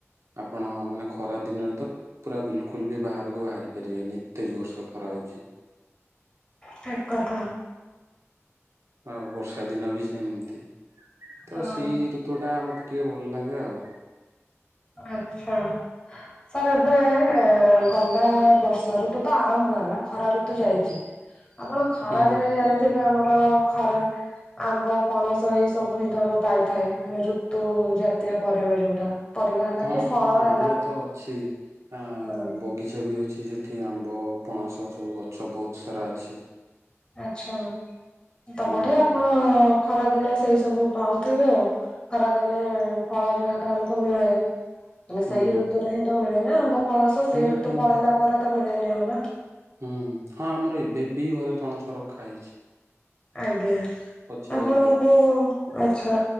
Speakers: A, on the right (about 70°); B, on the left (about 20°).
A: ଆପଣ ମାନେ ଖରା ଦିନରେ ତ ପୁରା ବିଲକୁଲ ବି ବାହାରକୁ ବାହାରି ପାରିବେନିି ଏତେ ଜୋରସେ ଖରା ହେଉଛି।
B: ଠିକ କଥା
A: ଆଉ ବର୍ଷା ଦିନ ବି ସେମିତି ତ
B: ହଁ
A: ସେଇ ଋତୁଟା ମୋତେ ଟିକେ ଭଲ ଲାଗେ ଆଉ
B: ଆଚ୍ଛା ସାର୍ ଏବେ ଗଲା ବର୍ଷା ଋତୁ ତ ଆରମ୍ଭ ହେଲା ଖରା ଋତୁ ଯାଇଛି। ଆପଣ ଖରା
A: ହୁଁ ହୁଁ
B: ଦିନ ଜାଣିଥିବେ ଆମର ଖରା ଆମ୍ବ ପଣସ ଏଇ ସବୁ ହିଁ ତ ଆମେ ପାଇଥାଏ ମାନେ ଋତୁ ଜାତୀୟ ପରିବା ଯୋଉଟା ପରିବା ହେଲା
A: ହଁ
B: କି ଫଳ
A: ହଁ ଆମର
B: ହେଲା
A: ତ ଅଛି ଆ
B: ହଁ।
A: ବଗିଚା ବି ଅଛି ସେଠି ଆମ୍ବ ପଣସ ସବୁ ଗଛ ବହୁତ ସାରା ଅଛି।
B: ଆଚ୍ଛା ତ
A: ହଁ
B: ବଢିଆ ଆପଣ ଖରାଦିନିଆ ସେଇ ସବୁ ପାଉଥିବେ ଆଉ ଖରାଦିନେ ଫଳ ଯାହାଟା ଆମକୁ ମିଳେ ମାନେ
A: ହୁଁ
B: ସେଇ ଋତୁରେ ହିଁ ତ ମିଳେ ନା ଆମ୍ବ ପଣସ
A: ହୁଁ
B: ସେଇ ଋତୁ
A: ହୁଁ
B: ପଳେଇଲା ପରେ ତ ମିଳେନି ଆଉ ନା
A: ହୁଁ ହଁ ଆମର ଏବେ ବି ଘରେ ପଣସ ରଖା ହେଇଛି।
B: ଆଜ୍ଞା
A: ପଚେଇବା
B: ଆପଣଙ୍କୁ
A: ପାଇଁ
B: ଆଚ୍ଛା